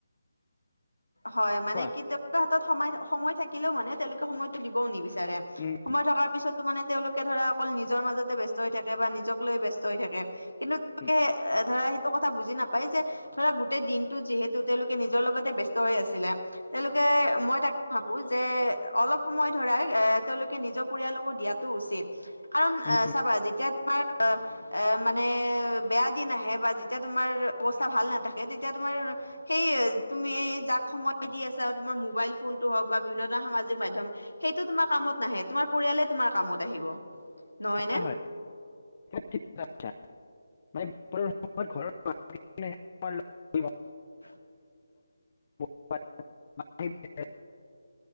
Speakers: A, on the left; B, on the left.
A: হয়, মানে
B: কোৱা
A: কি তেওঁলোকৰ হাতত সময় সময় থাকিলেও মানে তেওঁলোকে সময়তো দিবও নিবিচ- চাৰে,
B: উম
A: সময় থকাৰ পিছতো মানে তেওঁলোকে ধৰা অকল নিজৰ মাজতে ব্যস্ত হৈ থাকে বা নিজক- নিজক লৈ ব্যস্ত হৈ থাকে, কিন্তু- তাকেহে,
B: উম,
A: ধৰা সেইটো কথা বুজি নাপায় যে ধৰা গোটেই দিনটো যিহেতু তেওঁলোকে নিজৰ লগতে ব্য- দৈ আছিলে। তেওঁলোকে মই তা ভাবো যে, অলপ সময় ধৰাৰ এ তেওঁলোকে নিজৰ পৰিয়ালকো দিয়াত টো উচিত কাৰণ
B: উম,
A: আহ চাবা যেতিয়া তোমাৰ আহ। এ মানে বেয়া দিন আহে বা যেতিয়া তোমাৰ অৱস্থা ভাল নাথাকে। তেতিয়া তোমাৰ সেই তুমি যাক সম দি আছা, তোমাৰ মোবাইল ফোনটো হওঁক বা বিভিন্ন ধৰনৰ সামাজিক মাধ্যম। সেইটো তোমাৰ কামত নাহে। তোমাৰ পৰিয়ালে তোমাৰ কামত আহিব। নহয়
B: হয়
A: নে?
B: হয় <unintelligible> তোমাৰ লগত
A: <inaudible>
B: <unintelligible>